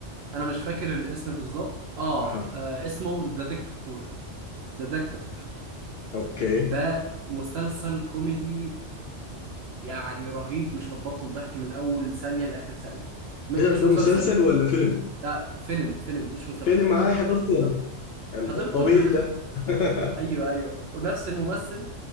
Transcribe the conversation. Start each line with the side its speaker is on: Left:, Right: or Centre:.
Right: انا مش فاكر الاسم بالظبط اه
Left: ها
Right: آه، اسمه ذا ديكتاتور ذا ديكتاتور
Left: أوكي
Right: ده مسلسل كوميدي يعني رهيب مش هتبطل ضحك من اول ثانيه لاخر ثانيه م-
Left: ده
Right: مش
Left: ده
Right: مسلسل
Left: مسلسل ولا فيلم؟
Right: لا فيلم فيلم مش مسلسل
Left: فيلم هاي حضرته يا عم ال-
Right: حضرته
Left: الطويل
Right: <laughs>
Left: ده <laughs>
Right: ايوه ايوه ونفس الممثل